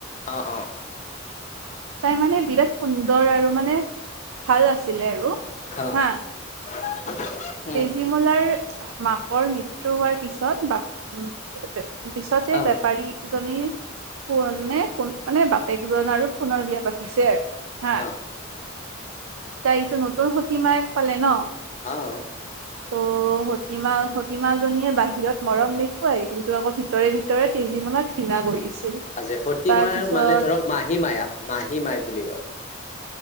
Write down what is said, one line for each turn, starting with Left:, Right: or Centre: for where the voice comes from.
Left: অ', অ'।
Right: তাই মানে বিৰাট সুন্দৰ আৰু মানে ভাল আছিলে আৰু
Left: অ
Right: হা।
Left: <unintelligible>
Right: তেজীমলাৰ মাকৰ মৃত্যু হোৱাৰ পিছত, বাপ পিছতে
Left: অ'।
Right: বেপাৰী ইজনী সোনে ফোন মানে বাপেকজন আৰু পুনৰ বিয়া পাতিছে আৰু। হা
Left: অ
Right: তাই এইটো নতুন সতি মাইক পালে ন'!
Left: অ'। <inaudible>
Right: ত' সতীমা সতিমা জনীয়ে বাহিৰত মৰম দেখুৱাই কিন্তু, আকৌ ভিতৰে ভিতৰে তেজীমলাত ঘৃণা কৰিছিল।
Left: আজ সতি
Right: তাৰ
Left: মায়
Right: পিছত
Left: মানে ধৰক মাহী মায়াক মাহী মায়ক বুলি কয়।